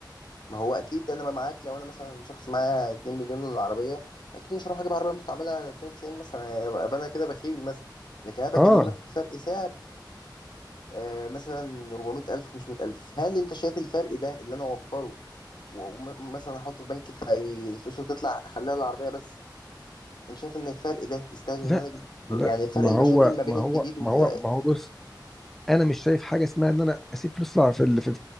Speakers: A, on the left; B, in the centre.
A: ما هو اكيد انا بقى معاك لو انا مثلا شخص معايا 2 مليون للعربيه اكيد مش هروح اجيب عربيه مستعمله على 92 مثلا ابقى انا كده بخيل مثلا لكن انا بكلمك
B: اه
A: في فرق سعر آه مثلا 400000 500000 هل انت شايف الفرق ده اللي انا اوفره ومثلا احطه في بنك فالفلوس تطلع اخليها العربيه بس انت شايف ان الفرق ده يستاهل
B: لا
A: ان انا اجيب
B: لا
A: يعني فرق
B: ما
A: المشاكل
B: هو
A: ما بين
B: ما
A: الجديد
B: هو
A: وال
B: ما هو ما هو بص انا مش شايف حاجه اسمها ان انا اسيب فلوس على- في ال- في